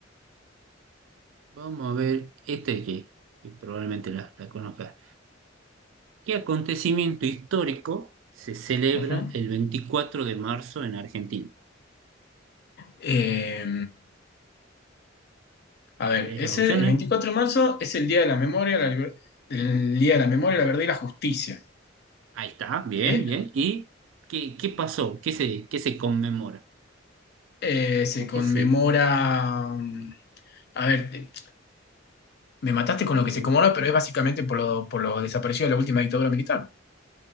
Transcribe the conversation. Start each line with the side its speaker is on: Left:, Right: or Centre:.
Right: vamos a ver este que, que probablemente la, la conozcas. ¿Qué acontecimiento histórico se celebra
Left: Ujú.
Right: el 24 de marzo en Argentina?
Left: Eh, a ver,
Right: ¿Querés
Left: ese,
Right: las opciones?
Left: el 24 de marzo es el Día de la Memoria, la liber- el Día de la Memoria, la Verdad y la Justicia.
Right: Ahí está, bien,
Left: Eh,
Right: bien. ¿Y qué, qué pasó? ¿Qué se, qué se conmemora?
Left: eh, se
Right: ¿Por
Left: conmemora.
Right: qué se
Left: mm, A ver, eh, me mataste con lo
Right: te
Left: que se
Right: dé?
Left: conmemora, pero es básicamente por lo, por lo desaparecido de la última dictadura militar.